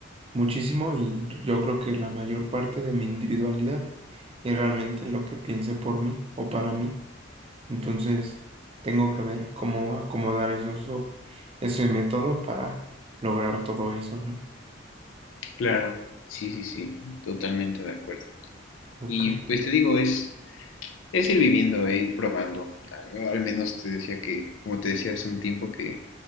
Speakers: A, on the right; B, on the left.
A: muchísimo y yo creo que la mayor parte de mi individualidad y realmente lo que piense por mí o para mí. Entonces, tengo que ver cómo acomodar esos, op- ese método para lograr todo eso, ¿no?
B: Claro, sí, sí, sí, totalmente de acuerdo.
A: Ok.
B: Y pues te digo, es, Es ir viviendo e ir probando. Al menos te decía que, como te decía hace un tiempo, que